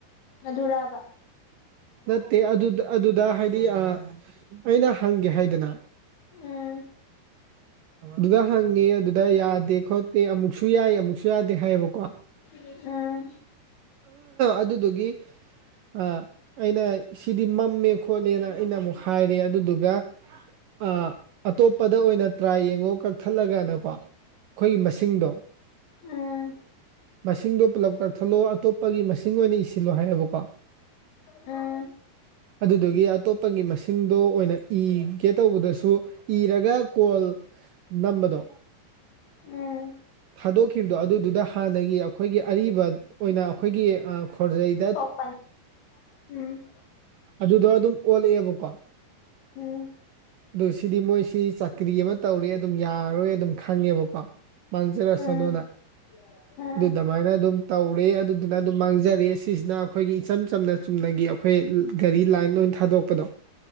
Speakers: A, on the left (about 70°); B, on the right (about 70°).
A: ꯑꯗꯨꯔꯕ
B: ꯅꯠꯇꯦ ꯑꯗꯨ ꯑꯗꯨꯗ ꯍꯥꯏꯗꯤ ꯑꯥ ꯑꯩꯅ ꯍꯪꯒꯦ ꯍꯥꯏꯗꯅ
A: ꯎꯝ
B: ꯗꯨꯗ ꯍꯪꯉꯦ ꯑꯗꯨꯗ ꯌꯥꯗꯦ ꯈꯣꯠꯇꯦ ꯑꯃꯨꯛꯁꯨ ꯇꯨꯌꯥꯏ ꯑꯃꯨꯛꯁꯨ ꯌꯥꯗꯦ ꯍꯥꯏꯌꯦꯕꯀꯣ
A: ꯎꯝ
B: ꯑꯗꯨꯗꯨꯒꯤ ꯑꯥ ꯑꯩꯅ ꯁꯤꯗꯤ ꯃꯝꯃꯦ ꯈꯣꯠꯂꯦꯅ ꯑꯩꯅ ꯑꯃꯨꯛ ꯍꯥꯏꯔꯦ ꯑꯗꯨꯗꯨꯒ ꯑꯥ ꯑꯇꯣꯞꯄꯗ ꯑꯣꯏꯅ ꯇ꯭ꯔꯥꯏ ꯌꯦꯡꯉꯣ ꯀꯛꯊꯠꯂꯒꯅꯀꯣ ꯑꯩꯈꯣꯏꯒꯤ ꯃꯁꯤꯡꯗꯣ
A: ꯎꯝ
B: ꯃꯁꯤꯡꯗꯣ ꯄꯨꯂꯞ ꯀꯛꯊꯠꯂꯣ ꯑꯇꯣꯞꯄꯒꯤ ꯃꯁꯤꯡ ꯑꯣꯏꯅ ꯏꯁꯤꯜꯂꯣ ꯍꯥꯏꯌꯦꯕꯀꯣ
A: ꯑ
B: ꯑꯗꯨꯗꯨꯒꯤ ꯑꯠ ꯇꯣꯞꯄꯒꯤ ꯃꯁꯤꯡꯗꯣ ꯑꯣꯏꯅ ꯏꯒꯦ ꯇꯧꯕꯗꯁꯨ ꯏꯔꯒ ꯀꯣꯜ ꯅꯝꯕꯗꯣ
A: ꯎꯝ
B: ꯊꯥꯗꯣꯛꯈꯤꯕꯗꯣ ꯑꯗꯨꯗꯨꯗ ꯍꯥꯟꯅꯒꯤ ꯑꯩꯈꯣꯏꯒꯤ ꯑꯔꯤꯕ ꯑꯣꯏꯅ ꯑꯩꯈꯣꯏꯒꯤ ꯑ ꯈꯣꯔꯖꯩ
A: ꯆꯣꯞꯄꯟ ꯎꯝ
B: ꯑꯗꯨꯗꯣ ꯑꯗꯨꯝ ꯑꯣꯜꯂꯛꯑꯦꯕꯀꯣ
A: ꯎꯝ
B: ꯑꯗꯨ ꯁꯤꯗꯤ ꯃꯣꯏꯁꯤ ꯆꯥꯀ꯭ꯔꯤ ꯑꯃ ꯇꯧꯔꯦ ꯑꯗꯨꯝ ꯌꯥꯔꯣꯏ ꯑꯗꯨꯝ ꯈꯪꯉꯦꯕꯀꯣ ꯃꯥꯡꯖꯔꯁꯔꯣꯅ
A: ꯎꯝ ꯎꯝ
B: ꯑꯗꯨ ꯗꯃꯥꯏꯅ ꯑꯗꯨꯝ ꯇꯧꯔꯦ ꯑꯗꯨꯗꯨꯅ ꯑꯗꯨꯝ ꯃꯥꯡꯖꯔꯦ ꯁꯤꯁꯤꯅ ꯑꯩꯈꯣꯏꯒꯤ ꯏꯆꯝ ꯆꯝꯅ ꯆꯨꯝꯅꯒꯤ ꯑꯩꯈꯣꯏ ꯒꯥꯔꯤ ꯂꯥꯏꯟ ꯑꯣꯏꯟ ꯊꯥꯗꯣꯛꯄꯗꯣ